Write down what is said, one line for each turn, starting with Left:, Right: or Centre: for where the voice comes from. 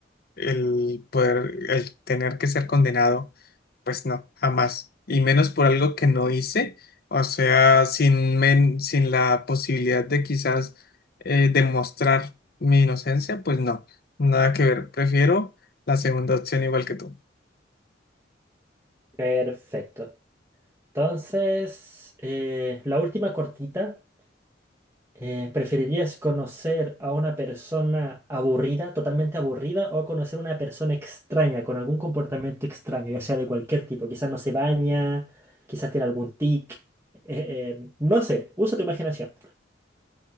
Left: el poder, el tener que ser condenado. Pues no, jamás. Y menos por algo que no hice. O sea, sin, men- sin la posibilidad de quizás eh, demostrar mi inocencia, pues no. Nada que ver. Prefiero la segunda opción igual que tú.
Right: Perfecto. Entonces, eh, la última cortita. Eh, ¿preferirías conocer a una persona aburrida, totalmente aburrida, o conocer a una persona extraña, con algún comportamiento extraño, ya sea de cualquier tipo? Quizás no se baña, quizás tiene algún tic, eh, eh, no sé, usa tu imaginación.